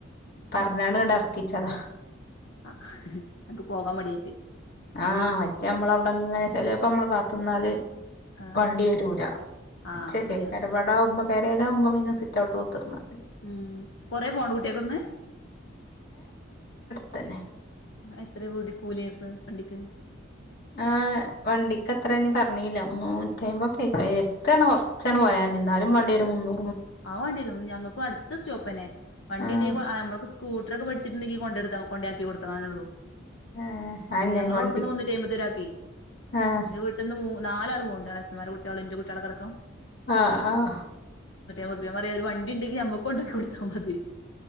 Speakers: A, on the left (about 50°); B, on the left (about 75°).
A: പറഞ്ഞാണ്
B: ഉം
A: ഇങ്ങട്ടർക്കിച്ചതാ.
B: ആ ന്ക് പോകാൻ മടിയാറ്റ്.
A: ആഹ് മറ്റേ നമ്മളവിടെങ്ങനെ ചെലേപ്പോ നമ്മള് കാത്തിന്നാല്
B: ആ
A: വണ്ടി വരൂലാ
B: ആ
A: ച്ച്ല്ലെ
B: ശരിയാ
A: കരവടകുമ്പോ പെരേലാകുമ്പം ഇന്ന് സിറ്റ്ഔട്ട് <inaudible>
B: ഉം കൊറെ പോണോ കുട്ട്യേൾക്കവിടുന്ന്.
A: തന്നെ
B: എത്ര കൂടി കൂലിയ ആക്ക വണ്ടിക്ക്?
A: ആ വണ്ടിക്കെത്രന്ന് പറഞ്ഞീല്ല. മുന്നൂട്ടിയമ്പതൊക്കെ എര്ത്ത്ന്ന് പറഞ്ഞ കൊറച്ചാണ് പോയ മതി. എന്നാലും വാണ്ടേരും മുന്നൂ
B: അത് വേണ്ടേരും ഞങ്ങൾക്കും അടു ത്ത സ്റ്റോപ്പെന്നെ വണ്ടി
A: ആഹ്
B: ഉണ്ടെങ്കിൽ ആ നമ്മളൊക്കെ സ്കൂട്ടർ ഒക്കെ പഠിച്ചിട്ടുണ്ടെങ്കിൽ കൊണ്ട്രാ കൊണ്ടാക്കി കൊടുത്തക്കള്ളൂ.
A: ഏഹ് അതെന്നെ
B: ഞങ്ങള്
A: വണ്ടി
B: കൊടുക്കുന്ന മുന്നൂറ്റായമ്പത് ഒരാൾക്കെ.
A: ആഹ്
B: ന്റെ വീട്ടന്ന് മൂന്ന നാലാൾ പോണ് ണ്ട്. എളേച്ഛമ്മാരെ കുട്ട്യേളും ന്റെ കുട്ട്യേളടക്കം.
A: ആഹ് ആഹ്
B: ത്യംപറഞ്ഞ വണ്ടിണ്ടെങ്കി നമ്മകൊണ്ടാക്കി കൊടുത്താ മത്യേന്ന്.